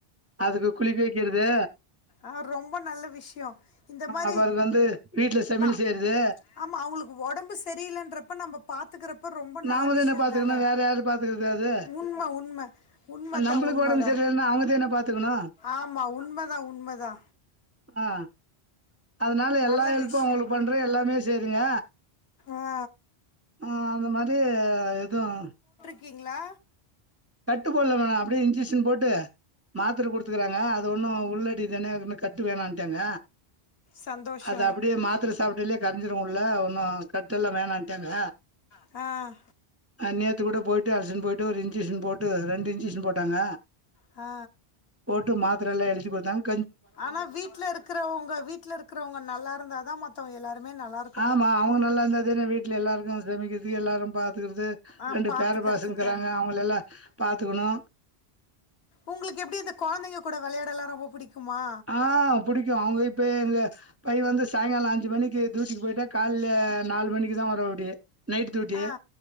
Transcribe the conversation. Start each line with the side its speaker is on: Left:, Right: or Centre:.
Right: அதுக்கு குளிக்க வைக்கிறது
Left: ஆ ரொம்ப நல்ல விஷயோ இந்த மாரி
Right: அவருக்கு வந்து வீட்ல சமையல்
Left: நா
Right: செய்யறது
Left: ஆமா அவுங்களுக்கு உடம்பு சரியில்லன்றப்ப நம்ம பாத்துக்கிறப்ப ரொம்ப
Right: நாம
Left: நல்ல விஷயோ
Right: பாத்துக்கணு
Left: தான
Right: வேற யாரு பாத்துக்கறது
Left: உண்ம உண்ம உண்மத்தா
Right: அது நம்மளுக்கு
Left: உண்மதா
Right: ஒடம்பு சரியில்லன்னா அவங்க தான பாத்துக்கணு
Left: ஆமா உண்மதா உண்மதா
Right: ஆ அதனால எல்லா
Left: நல்ல
Right: ஹெல்ப்பூ
Left: விஷயம்
Right: அவுங்களுக்கு பண்ற எல்லாமே சேய்ரீங்க
Left: ஆ
Right: அ அந்தமாரி எதூவ்
Left: க்கிங்ளா
Right: கட்டு போட்லமா அப்டியே இன்ஜெசன் போட்டு மாத்திர குடுத்துக்குறாங்க அது ஒன்னூ உள்ளடி தான அது கட்டு வேணான்ட்டாங்க
Left: சந்தோஷம்
Right: அது அப்டியே மாத்தர சாப்ட்டாலே கரஞ்சிரூ உள்ள ஒன்னூ கட்டெல்லா வேணான்ட்டாங்க
Left: அ
Right: அ நேத்து கூட போயிட்டு அழச்சின் போயிட்டு ஒரு இன்ஜெசன் போட்டு ரெண்டு இன்ஜெசன் போட்டாங்க
Left: ஆ
Right: போட்டு மாதிரல்லா எழுதி குடுத்தாங்
Left: ஆனா வீட்ல இருக்கிறவங்க வீட்ல இருக்கிறவங்க நல்லா இருந்தாதா மத்தவங்க எல்லாருமே நல்லா இருக்
Right: ஆமா அவுங்க நல்லா இருந்தாதான வீட் ட்ல எல்லாருக்கூ சமைக்கிறதுக்கு எல்லாரு பாத்துக்கிறது
Left: ஆ
Right: ரெண்டு
Left: பாத்துக்கிறதுக்கு
Right: பேர பசங்க்கிறாங்க அவுங்கலல்லா பாத்துக்கனோ
Left: உங்களுக்கு எப்டி இந்த கொழந்தைங்க கூட விளையாட எல்லா ரொம்ப பிடிக்குமா
Right: ஆ புடிக்கோ அவுங்க இப்போ எங்க பைய வந்து சாயங்காலோ அஞ்சு மணிக்கு த்துயூட்டிக்கு போயிட்டா கால்ல நாலு மணிக்கு தா வரவாப்புடி நைட் டியூட்டி
Left: ஆ